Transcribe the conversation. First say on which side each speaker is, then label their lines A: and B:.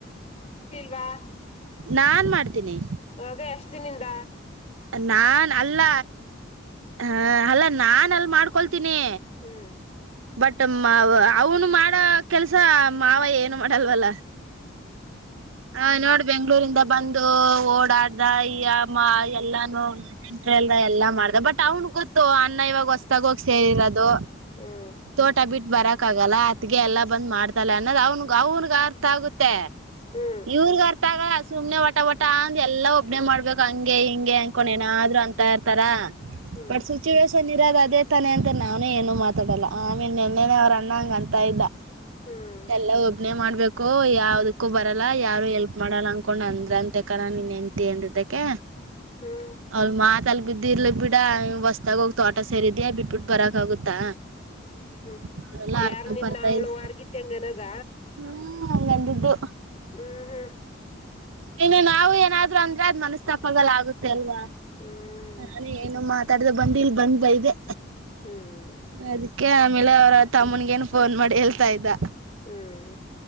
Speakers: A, on the left; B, on the right.
A: ವಾಹ್
B: ನಾನ್ ಮಾಡ್ತೀನಿ.
A: ಅದ ಎಷ್ಟದಿನಿಂದ.
B: ನಾನ್ಅಲ್ಲ ಅ ಹಾ ಅಲ್ಲಾ ನಾನ್ ಅಲ್ ಮಾಡ್ಕೊಲ್ ತ್ತಿನಿ.
A: ಹ್ಮ್
B: ಬಟ್ ಮಾವ ಅವನು ಮಾಡ ಕೆಲ್ಸ ಮಾವ ಏನು ಮಾಡಲ್ವಲ್ಲ. ಹಾ ನೋಡ್ಬಂಗ ಳೂರಿಂದ ಬಂದು ಓಡಾಡ್ದ ಈಮ್ಮ ಎಲ್ಲಾನ ನೆಂಟ್ರಲ್ದ ಎಲ್ಲಾ ಮಾಡ್ದ ಬಟ್ ಅವ್ನ್ ಗೊತ್ತು ಅನ್ನ ಇವಾಗ ಹೊಸತಾಗೋಗ್ ಸೇರಿರೋದು.
A: ಹ್ಮ್
B: ತೋಟ ಬಿಟ್ಟ ಬರಕ್ ಆಗಲ್ಲ ಅತ್ಗೆ ಎಲ್ಲ ಬಂದ್ ಮಾಡ್ತಲ್ಲ ಅನ್ನೋದು ಅವ್ನ್ಗ್ ಅವ್ನ್ಗ ಅರ್ಥ ಆಗುತ್ತೆ.
A: ಹ್ಮ್
B: ಇವ್ರಗೇ ಅರ್ಥ ಆಗಲ್ಲ. ಸುಮ್ನೆ ಒಟ ಒಟ ಅಂದ ಎಲ್ಲಾ ಒಬ್ನೇ ಮಾಡ್ಬೇಕು ಹಂಗೆ ಹಿಂಗೆ ಅನ್ಕೊಂಡ ಏನಾದ್ರು ಅಂತ ಇರ್ತಾರ.
A: ಹ್ಮ್
B: ಬಟ್ ಸಿಚುವೇಷನ್ ಅದೇ ತಾನೆ ಅಂತ ನಾನು ಏನು ಮಾತ ತಡಲ್ಲ ಆಮೇನ್ ನೆನ್ನೆನೆ ಅವ್ರ ಅಣ್ಣ ಹಂಗ ಅಂತ ಇದ್ದ.
A: ಹ್ಮ್
B: ಎಲ್ಲಾ ಒಬ್ಬನೇ ಮಾಡ್ಬೇಕು. ಕು ಯಾವುದಕ್ಕೂ ಬರಲ್ಲ ಯಾರು ಎಲ್ಪ್ ಮಾಡಲ್ಲ ಅಂದಕೊಂಡು ಅಂದ್ರ ಅಂತಕಾನ ನೀನ್ನ ಹೆಂತ ಅಂದಿದ್ದಕ್ಕೆ.
A: ಹ್ಮ್
B: ಅವ್ರ ಮಾತಲ್ ಬಿದ್ದಿ ಇರ್ಲಿ ಬಿಡ ಹೊಸ್ದಾಗ ಹೋಗಿ ತೋಟ ಸೇರಿದ್ಯಾ ಬಿಟ್ಬಿಟ್ಟು ಬರಕ್ ಆಗುತ್ತಾ.
A: ಹ್ಮ್ ಹ್ಮ್
B: ಅವರೆಲ್ಲ
A: ಯಾರ್
B: ಅರ್ಥ
A: ನಿನ್
B: ಬರ್ತಾ
A: ಅವಳ
B: ಇಲ್ಲ
A: ವರ್ಗಿತ್ತಿ ಅನ್ನದ.
B: ಹ್ಮ್ ಹಂಗಂದಿದ್ದು.
A: ಹ್ಮ್ ಹ್ಮ್
B: ಇನ್ನು ನಾವು ಏನಾದ್ರು ಅಂದ್ರೆದ್ ಮನಸ್ತಾಪಲ್ಲ ಆಗುತ್ತೆ ಅಲ್ವಾ.
A: ಹ್ಮ್
B: ನಾನ ಏನು ಮಾಡತ ತಡೆದ ಬಂದ ಇಲ್ ಬಂದ್ ಬೈದೆ.
A: ಹ್ಮ್ ಹ್ಮ್
B: ಅದ. ಕೆ ಆಮೇಲೆ ಅವ್ರ ತಮ್ಮನ್ಗೇನ್ ಫೋನ್ ಮಾಡಿ ಹೇಳ್ತಾ ಇದ್ದ.
A: ಹ್ಮ್